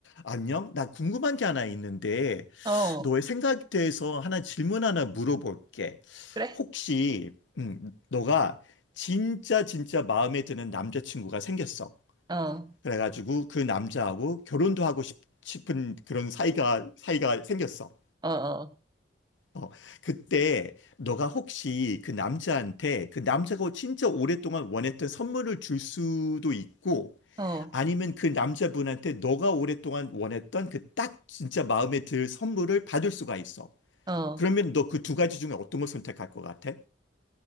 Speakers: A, on the left; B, on the right.
A: 안녕? 나 궁금한 게 하나 있는데,
B: 어,
A: 너의 생각에 대해서 하나 질문 하나 물어볼게.
B: 그래?
A: 혹시, 음, 너가 진짜 진짜 마음에 드는 남자친구가 생겼어.
B: 어,
A: 그래가지고 그 남자하고 결혼도 하고 싶, 은 그런 사이가, 사이가 생겼어.
B: 어, 어,
A: 어, 그때 너가 혹시 그 남자한테 그 남자가 진짜 오랫동안 원했던 선물을 줄 수도 있고,
B: 어,
A: 아니면 그 남자분한테 너가 오랫동안 원했던 그 딱 진짜 마음에 들 선물을 받을 수가 있어.
B: 어.
A: 그러면 너 그 두 가지 중에 어떤 걸 선택할 것 같아?